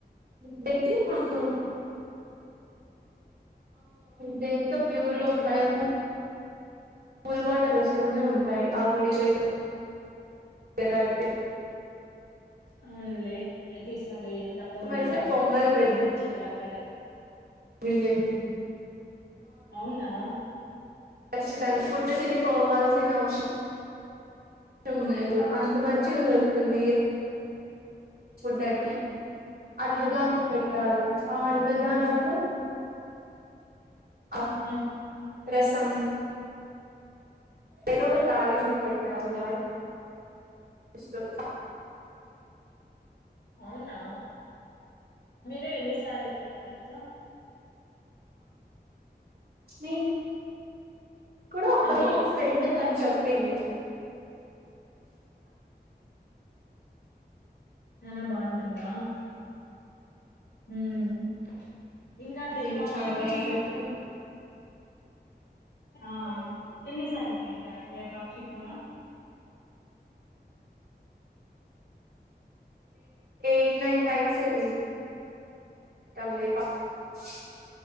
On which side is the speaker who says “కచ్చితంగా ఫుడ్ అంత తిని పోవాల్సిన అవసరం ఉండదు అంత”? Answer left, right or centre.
Right